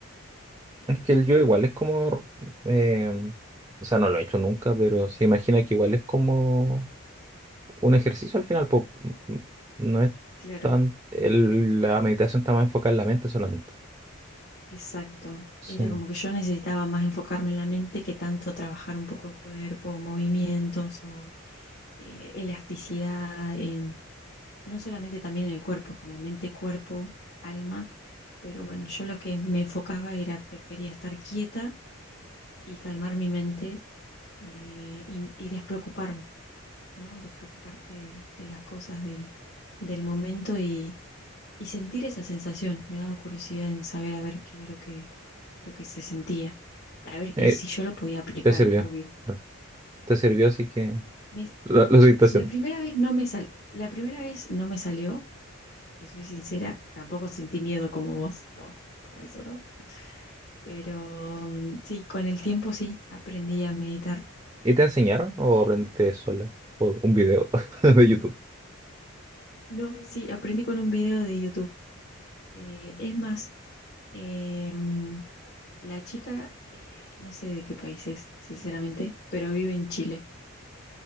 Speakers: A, on the left; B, on the right.
A: Eh,
B: Es que el yo igual es como, eh, o sea, no lo he hecho nunca, pero se imagina que igual es como un ejercicio al final, po. Mm, no es
A: claro,
B: tan, el- la meditación está más enfocada en la mente solamente.
A: Exacto.
B: Sí.
A: Era como que yo necesitaba más enfocarme en la mente que tanto trabajar un poco el cuerpo, movimientos o eh, elasticidad en, no solamente también en el cuerpo, como mente, cuerpo, alma, pero bueno, yo lo que me enfocaba era, prefería estar quieta y calmar mi mente eh, y, y despreocuparme. ¿no? Despreocuparte de, de las cosas del, del momento y, y sentir esa sensación. Me daba curiosidad en saber a ver qué era lo que, lo que se sentía. A ver,
B: Eh,
A: y si yo lo podía aplicar,
B: te sirvió,
A: obvio.
B: eh, te sirvió, así que
A: Me-
B: lo, lo seguiste haciendo.
A: la primera vez no me sal, la primera vez no me salió, te soy sincera, tampoco sentí miedo como vos, no, no, eso no. Pero mm, sí, con el tiempo sí, aprendí a meditar.
B: ¿Y te enseñaron o
A: Eh,
B: aprendiste sola por un video <laughs> de YouTube?
A: no, sí, aprendí con un video de YouTube. Eh, es más, eh, La chica, eh, no sé de qué país es, sinceramente, pero vive en Chile.